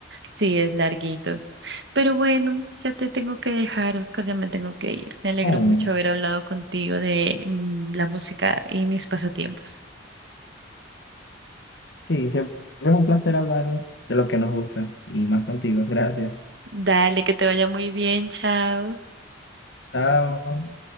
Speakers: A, on the right; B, on the left.
A: sí, es larguito. Pero bueno, ya te tengo que dejar, Oscar, ya me tengo que ir. Me alegro
B: Oh,
A: mucho haber hablado contigo de mm, la música y mis pasatiempos.
B: sí, siempre es un placer hablar de lo que nos gusta y más contigo. Gracias.
A: Dale, que te vaya muy bien, chao.
B: Chao.